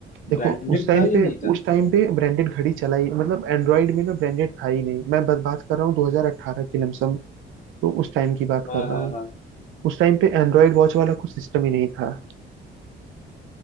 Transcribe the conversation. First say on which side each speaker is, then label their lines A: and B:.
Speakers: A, on the right; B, on the left.
A: देखो
B: ब्रांडेड
A: उस टाइम
B: था या
A: पे
B: नहीं था
A: उस टाइम पे ब्रांडेड घड़ी चला ही मतलब एंड्रॉयड में ना ब्रांडेड था ही नहीं मैं बस बात कर रहा हूँ 2018 की लमसम तो उस टाइम की बात
B: हाँ
A: कर रहा
B: हाँ
A: हूँ
B: हाँ
A: उस टाइम पे एंड्रॉयड वॉच वाला कुछ सिस्टम ही नहीं था